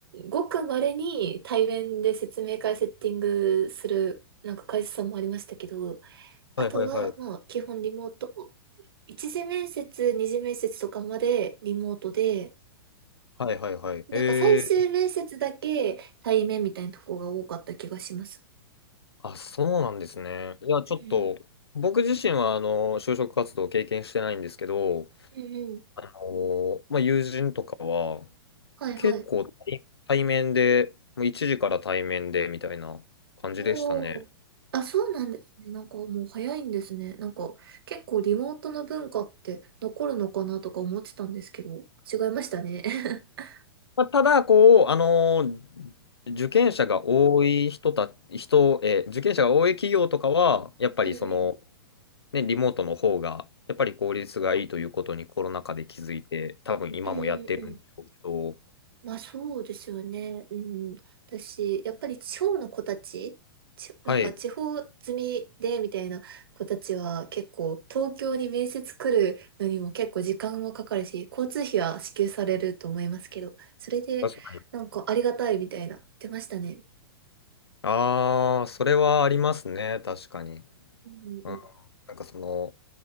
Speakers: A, on the right (about 70°); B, on the left (about 85°).
A: ごく稀に対面で説明会セッティングする、なんか会社さんもありましたけど、あとは、
B: はいはいはい。
A: まあ、基本リモート。一次面接、二次面接とかまでリモートで、
B: はいはいはい。
A: なんか最終面接だけ対面みたいなとこが多かった気がします。
B: えー、あ、そうなんですね。いや、ちょっと、
A: うん。
B: 僕自身は、あの、就職活動を経験してないんですけど、
A: うんうん。
B: あの、まあ、友人とかは、
A: はいはい。
B: 結構対、対面で、もう1時から対面で、みたいな感じでしたね。
A: おー。あ、そうなんですね。なんかもう早いんですね。なんか結構リモートの文化って残るのかなとか思ってたんですけど、違いましたね。<laughs>
B: まあ、ただ、こう、あの、受験者が多い人た、人、えー受験者が多い企業とかは、やっぱりその、
A: うんうん。
B: ね、リモートの方が、やっぱり効率がいいということにコロナ禍で気づいて、多分今もやってるんでしょうけど、
A: うんうんまあそうですよね。うん。私、やっぱり地方の子たち、ち、なんか地方住みでみたいな子たちは結構東京に面接来るのにも結構時間もかかるし、
B: はい、
A: 交通費は支給されると思いますけど、それでなんかありがたいみたいな言ってましたね。
B: 確かに。ああ、それはありますね、確かに。
A: うんうん。
B: うん、なんかその、